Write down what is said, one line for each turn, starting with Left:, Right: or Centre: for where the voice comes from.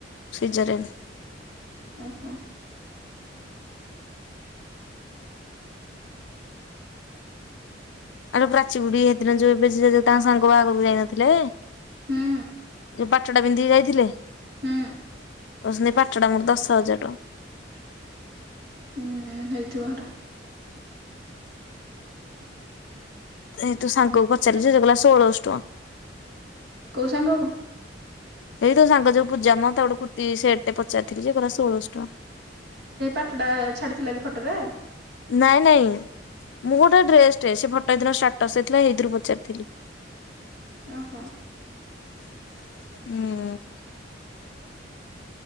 Left: ସିଜରିଆନ୍।
Right: ଓ ହଁ।
Left: ଆରେ ପ୍ରାଚୀ ବୁଢୀ ହେଦିନ ଯୋଉ ଏବେ ସିଏ ଯୋଉ ତାଙ୍କ ସାଙ୍ଗ ବାହାଘରକୁ ଯାଇନଥିଲେ।
Right: ହୁଁ
Left: ଯୋଉ ପାଟ ଟା ପିନ୍ଧିକି ଯାଇଥିଲେ।
Right: ହୁଁ।
Left: ତ ସେନି ପାଟ ଟା ମୋର ଦଶ ହଜାର ଟଙ୍କା।
Right: ହୁଁ, ହେଇଥିବ ହେଟା।
Left: ସେ ତୁ ସାଙ୍ଗକୁ ପଚାରିଲୁ ସେ କହିଲା ଷୋଳଶ ଟଙ୍କା।
Right: କୋଉ ସାଙ୍ଗ କୁ।
Left: ସେ ତୋ ସାଙ୍ଗ ଯୋଉ ପୂଜା ମ ତାକୁ ଗୋଟେ କୁର୍ତି ସେଟ ପଚାରଥିଲି ଯେ କହିଲା ସୋଳଶ ଟଙ୍କା।
Right: ସେଇ ପାଟ ଟା ଛାଡିଥିଲା କି ଫଟରେ।
Left: ନାଇଁ ନାଇଁ ମୁଁ ଗୁଟେ ଡ୍ରେସଟେ ସେ ଫଟଟା ହେଦିନ ଷ୍ଟାର୍ଟସରେ ଥିଲା ହେଇଥିରୁ ପଚାରିଥିଲି,।
Right: ଅ ହୋ।
Left: ଉଁ।